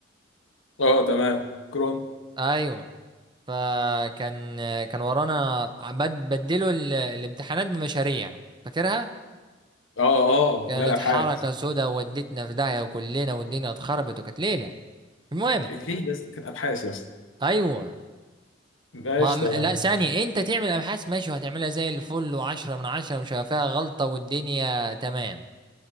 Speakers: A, on the left; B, on the right.
A: اه تمام كرون
B: ايوه فكان كان ورانا بد- بدلوا ال- الامتحانات بمشاريع فاكرها
A: اه
B: كانت
A: اه لا الابحاث
B: حركة سودا ودتنا في داهية وكلنا والدنيا اتخربت وكانت ليلة المهم
A: ليه يا اسطى كانت ابحاث يا اسطى
B: ايوه
A: ماشي
B: ما م-
A: تمام
B: لا ثانية انت تعمل ابحاث ماشي وهتعملها زي الفل وعشرة من عشرة مش هيبقى فيها غلطة والدنيا تمام